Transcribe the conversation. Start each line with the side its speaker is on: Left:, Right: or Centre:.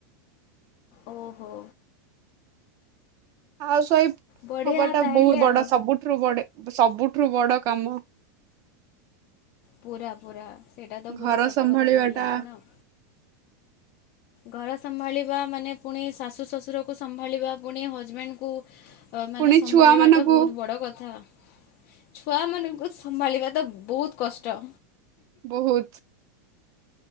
Left: ଓହୋ।
Right: ହାଉସ ୱାଇଫ
Left: ବଢ଼ିଆ
Right: ହବାଟା
Left: ତାହେଲେ
Right: ବହୁତ ବଡ
Left: ଆଉ
Right: ସବୁଠୁ ବଡ ସବୁଠୁ ବଡ କାମ।
Left: ପୁରା ପୁରା ସେଇଟା ତ ପୁରା
Right: ଘର
Left: ସତ
Right: ସମ୍ଭାଳିବା
Left: କଥା କହିଲେ
Right: ଟା
Left: ଆପଣ। ଘର ସମ୍ଭାଳିବା ମାନେ ପୁଣି ଶାଶୁ ଶ୍ୱଶୁରକୁ ସମ୍ଭାଳିବା ପୁଣି ହଜବେଣ୍ଡକୁ ମାନେ
Right: ପୁଣି
Left: ସମ୍ଭାଳିବାଟା
Right: ଛୁଆ ମାନଙ୍କୁ
Left: ବହୁତ ବଡ଼ କଥା। ଛୁଆମାନଙ୍କୁ ସମ୍ଭାଳିବା ତ ବହୁତ କଷ୍ଟ।
Right: ବହୁତ୍।